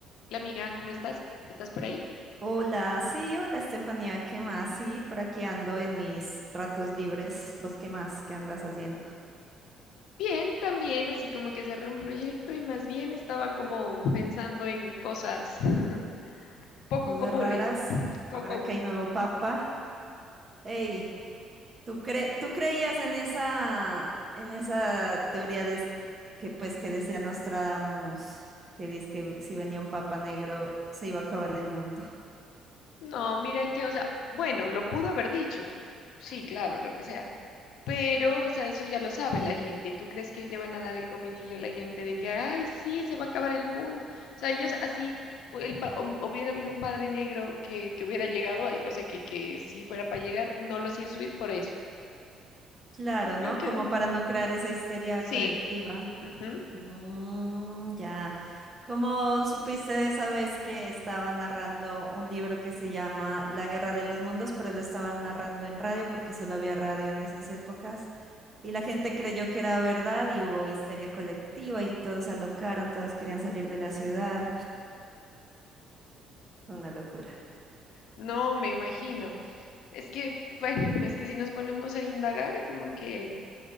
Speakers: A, on the left; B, on the right.
A: Hola amiga, ¿cómo estás? ¿Estás por ahí?
B: Hola, sí, hola Estefanía, ¿qué más? Sí, por aquí ando en mis ratos libres. ¿Vos qué más? ¿Qué andas haciendo?
A: Bien, también, así como que cerré un proyecto y más bien estaba como pensando en cosas <laughs> poco
B: Cosas
A: comunes.
B: raras,
A: Coco,
B: ahora que hay nuevo papa. Ey, ¿tú cre- tú creías en esa, en esa teoría de s- que pues que decía Nostradamus, que dice que si venía un papa negro se iba a acabar el mundo?
A: no, mira que, o sea, bueno, lo pudo haber dicho. Sí, claro, lo que sea. Pero, o sea, eso ya lo sabe la gente. ¿Y tú crees que le van a dar el comidillo a la gente de que, ay, sí, se va a acabar el mundo? O sea, ellos así, o el pa- hum- hubiera habido un padre negro que, que hubiera llegado, eh, o sea, que, que si fuera para llegar, no lo hacían subir por eso.
B: Claro,
A: Yo
B: ¿no?
A: creo que
B: Como
A: mm,
B: para no crear esa histeria
A: Sí,
B: colectiva.
A: ujú.
B: Mm, ya. ¿Cómo supiste de esa vez que estaba narrando un libro que se llama La Guerra de los Mundos, pero lo estaban narrando en radio porque solo había radio en esas épocas? Y la gente creyó que era verdad y hubo histeria colectiva y todos se alocaron, todos querían salir de la ciudad. Una locura.
A: No, me imagino. Es que, <laughs> bueno, es que si nos ponemos a indagar, como que